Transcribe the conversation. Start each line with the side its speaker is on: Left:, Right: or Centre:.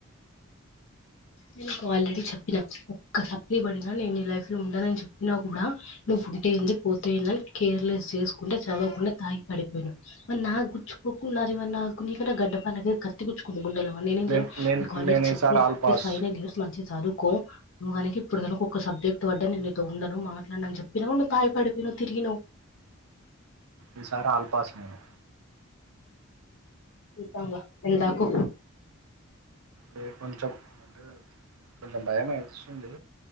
Left: నేను నీకాల్రెడీ చెప్పినా ఒక్క సప్లి పడిన నేను నీ లైఫ్ లో ఉండడానని చెప్పినా కూడా నువ్వు ఉంటేఏంది పోతేందని కేర్లెస్ చేసుకుంటే చదవకుండా తాగి పడిపోయినావు మరి నాకు గుచ్చుకోకుండా ఏమ నాకు ఏమన్నా గు నీకన్నా గడ్డపాన కత్తి గుచ్చుకుంది గుండెలో ఆ నేనేమ్ చేయను
Right: నేను నేను
Left: నీకాల్రెడీ
Right: నేను
Left: చెప్తున్నా
Right: ఈసారి ఆల్ పాస్
Left: ఈ ఫైనల్ ఇయర్స్ మంచిగ చదు నువ్వు కనుక ఇప్పుడు కనుక ఒక్క సబ్జెక్ట్ పడ్డ నేన్నీతో ఉండను మాట్లాడనని చెప్పినా కూడా నువ్వు తాగి పడిపోయినావ్ తిరిగినవ్
Right: ఈ సారి ఆల్పాస్ నేను
Left: చూద్దామ్లే ఎంతాకో
Right: అ కొంచెం అంటే కొంచెం భయం అనిపిస్తుంది